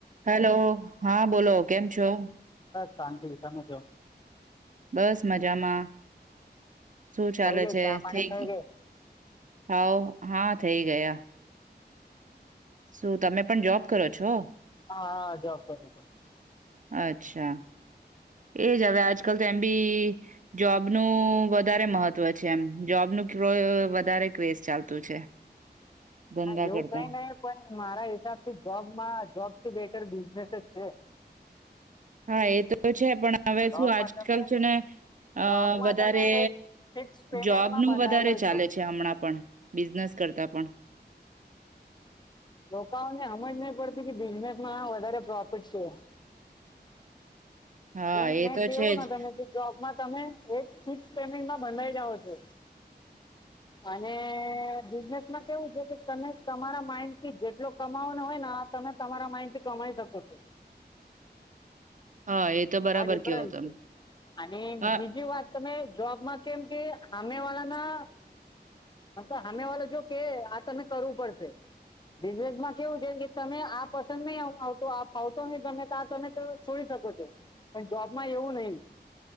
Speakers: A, on the right; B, on the left.
A: હેલો હા બોલો કેમ છો.
B: શાંતિ કેમ છો.
A: બસ મજામાં. શું ચાલે
B: થઈ ગઈ
A: છે
B: ચા પાણી
A: થઈ ગય
B: ગઈ
A: હાવ. હા થઈ ગયા. શું તમે પણ જોબ કરો છો.
B: હા હા જવા.
A: અચ્છા એજ હવે આજકાલ તો એમ બી જોબનું વધારે મહત્વ છે એમ જોબનું કો વધારે ક્રેઝ ચાલતું છે. ધંધા
B: હા એવું
A: કરતા
B: કઈ નહી પણ મારા હિસાબથી જોબમાં જોબ થી બેટર બિઝને. છે.
A: હા એ તો છે પણ. હવે
B: જોબમાં
A: શું આજકાલ
B: તમે
A: છે ને અ
B: જોબમાં
A: વધારે
B: તમે એક ફિક્સ પેમેન્ટમાં
A: જોબ નું
B: બંધાયેલો
A: વધારે ચાલે
B: છો
A: છે હમણાં પણ. બિઝનેસ કરતા પણ.
B: લોકોને હમજ નહી પડતી કે બિઝનેસ માં વધારે પ્રોફિટ છે.
A: હા
B: પણ
A: એ
B: મે
A: તો
B: કેવું
A: છે જ
B: તમે જોબમાં તમે એક ફિક્સ ટાઈમિંગમા બંધાઈ જાવો છો અને બિઝનેસમાં કેવું છે કે તમે તમારા માઇન્ડ થી જેટલો કમાવનો હોય ને તમે તમારા માઈન્ડ થી કમાઈ શકો છો.
A: હા એ તો બરાબર
B: આ ડિફરન્સ
A: કયો તમે
B: છે અને
A: હા
B: બીજી વાત તમે જોબમાં કેમ કે હામે વાળા ના મતલબ હામે વાળા જો કે આ તમે કરવું પડશે બિઝનેસમાં કેવું છે કે તમે આ પસંદ નહી આવતો આ ફાવતો નહી તમે તો આ તમે છોડી શકો છો. પણ જોબમાં એવું નહી.